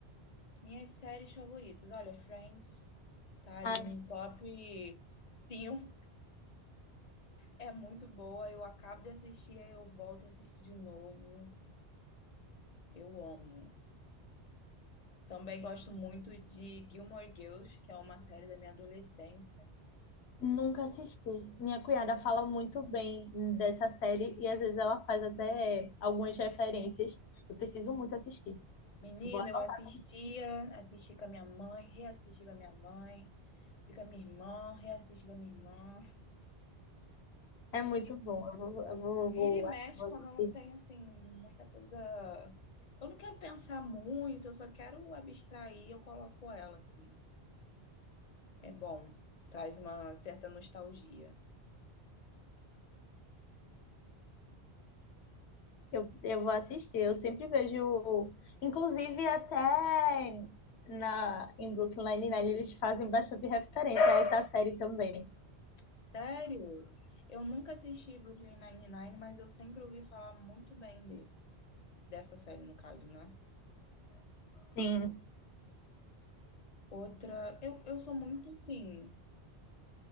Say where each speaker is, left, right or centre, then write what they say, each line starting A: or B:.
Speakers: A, on the left; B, on the left.
A: Minhas séries favoritas, olha, Friends tá ali
B: Ai,
A: no top 5. É muito boa, eu acabo de assistir, aí eu volto e assisto de novo. Eu amo. Também gosto muito de Gilmore Girls, que é uma série da minha adolescência.
B: Nunca assisti. Minha cunhada fala muito bem dessa série e às vezes ela faz até algumas referências. Eu preciso muito assistir.
A: Menina,
B: Vou anotar.
A: eu assistia, assisti com a minha mãe, reassisti com a minha mãe, fica minha irmã, reassisti com a minha irmã.
B: É muito
A: E
B: bom. Eu vou, eu vou,
A: vira
B: vou-
A: e mexe
B: vou
A: quando
B: assistir.
A: eu não tenho, assim, muita coisa. Eu não quero pensar muito, eu só quero abstrair, eu coloco ela, assim. É bom, traz uma certa nostalgia.
B: Eu, eu vou assistir. Eu sempre vejo, inclusive até na em Brooklyn Nine-Nine eles fazem bastante referência a essa série também.
A: Sério? Eu nunca assisti Brooklyn Nine-Nine, mas eu sempre ouvi falar muito bem dele. dessa série, no caso, né?
B: Sim,
A: Outra, eu, eu sou muito, assim,